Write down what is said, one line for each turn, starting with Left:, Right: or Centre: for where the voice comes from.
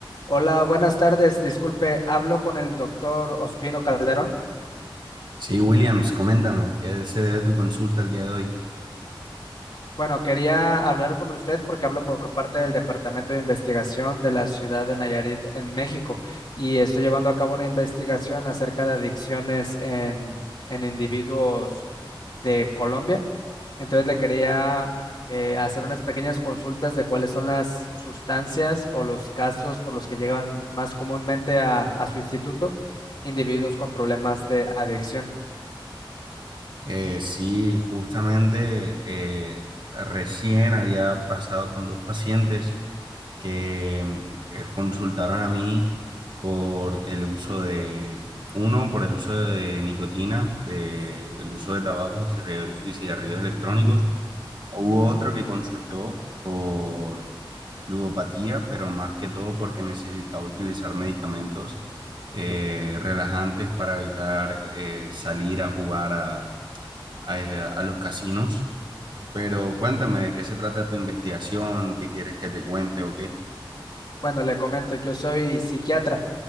Left: Hola, buenas tardes. Disculpe, hablo con el doctor Ospino Calderón.
Right: Sí, Williams, coméntame, ¿qué se debe tu consulta el día de hoy?
Left: Bueno, quería hablar con usted porque hablo por parte del Departamento de Investigación de la ciudad de Nayarit en México y estoy llevando a cabo una investigación acerca de adicciones en, en individuos de Colombia. Entonces le quería eh, hacer unas pequeñas consultas de cuáles son las sustancias o los casos por los que llegan más comúnmente a a su instituto individuos con problemas de adicción.
Right: Eh, sí, justamente eh, recién había pasado con dos pacientes que eh, consultaron a mí por el uso de, uno, por el uso de nicotina, de, el uso de tabacos y cigarrillos y cigarrillos electrónicos. Hubo otro que consultó por ludopatía, pero más que todo porque necesitaba utilizar medicamentos eh, relajantes para evitar eh, salir a jugar a, a- a los casinos. Pero cuéntame de qué se trata tu investigación, qué quieres que te cuente o qué.
Left: Bueno, le comento, yo soy psiquiatra,